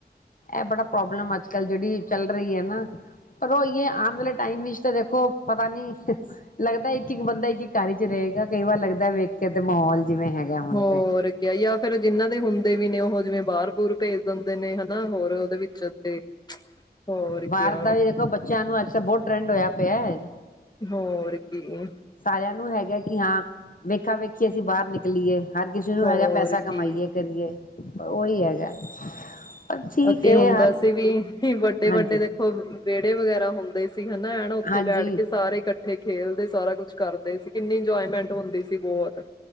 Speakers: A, on the left; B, on the left.
A: ਇਹ ਬੜਾ ਪ੍ਰੋਬਲਮ ਆ ਅੱਜ ਕੱਲ, ਜਿਹੜੀ ਚੱਲ ਰਹੀ ਏ ਨਾ। ਪਰ ਉਈ ਏ, ਆਣ ਵਾਲੇ ਟਾਈਮ ਵਿੱਚ ਤਾ ਵੇਖੋ, ਪਤਾ ਨੀ। ਲੱਗਦਾ ਇੱਕ- ਇੱਕ ਬੰਦਾ ਇੱਕ- ਇੱਕ ਘਰ ਵਿੱਚ ਰਹੇਗਾ, ਕਈ ਵਾਰ ਲੱਗਦਾ, ਵੇਖ ਕੇ ਤੇ ਮਾਹੌਲ ਜਿਵੇ ਹੈਗਾ। ਹੁਣ
B: ਹੋਰ,
A: ਤੇ
B: ਕਿਆ ਜਾ ਫਿਰ ਜਿੰਨਾ ਦੇ ਹੁੰਦੇ ਵੀ ਨੇ, ਉਹ ਜਿਵੇ ਬਾਹਰ ਬੂਰ ਭੇਜ ਦਿੰਦੇ ਨੇ ਹਨਾ ਹੋਰ, ਉਹਦੇ ਵਿੱਚ ਤੇ। ਹੋਰ
A: ਬਾਹਰ
B: ਕਿਆ
A: ਦਾ ਤੇ ਦੇਖੋ ਬੱਚਿਆ ਨੂੰ, ਅੱਜ ਕਲ੍ਹ ਬਹੁਤ ਟਰੈਡ ਹੋਇਆ ਪਿਆ ਏ।
B: ਹੋਰ ਕੀ ਏ।
A: ਸਾਰਿਆ ਨੂੰ ਹੈਗਾ ਕਿ ਹਾ, ਵੇਖਾ ਵੇਖੀਏ ਅਸੀ ਬਾਹਰ ਨਿਕਲੀਏ। ਹਰ ਕਿਸੇ ਨੂੰ
B: ਹੋਰ
A: ਹੈਗਾ ਪੈਸਾ ਕਮਾਈਏ
B: ਕੀ
A: ਕਰੀਏ, ਉਹੀ ਹੈਗਾ। ਪਰ ਠੀਕ
B: ਅੱਗੇ
A: ਹੈ
B: ਹੁੰਦਾ
A: ਹਰ
B: ਸੀ ਵੀ, ਵੱਡੇ-
A: ਹਾਂਜੀ
B: ਵੱਡੇ ਵੇਖੋ, ਵਿਹੜੇ ਵਗੈਰਾ ਹੁੰਦੇ। ਵੀ ਸੀ ਹਨਾ, ਹਨਾ ਉੱਥੇ
A: ਹਾਂਜੀ
B: ਬੈਠ ਕੇ ਸਾਰੇ ਇਕੱਠੇ ਕੱਠੇ ਖੇਲਦੇ, ਸਾਰਾ ਕੁਛ ਕਰਦੇ ਸੀ, ਕਿੰਨੀ ਇੰਜੋਏਮੈਂਟ ਹੁੰਦੀ ਸੀ, ਬਹੁਤ।